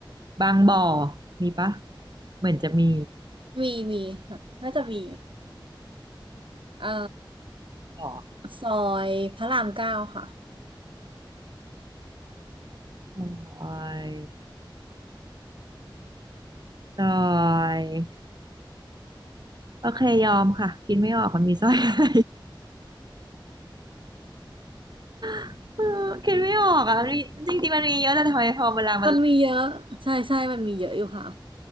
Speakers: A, on the right; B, on the right.
A: บางบ่อมีปะ เหมือนจะมี
B: มีมีน่าจะมีเอ่อ
A: บ่อ
B: ซอยพระรามเก้าค่ะ
A: ซอย ซอยโอเคยอมค่ะกินไม่ออกมันมีซอย <laughs> อะไร <laughs> เออกิดไม่ออกอ่ะมันมีจริงๆมันมีเยอะแต่ทำไมพอเวลามัน
B: มันมีเยอะใช่ใช่มันมีเยอะอยู่ค่ะ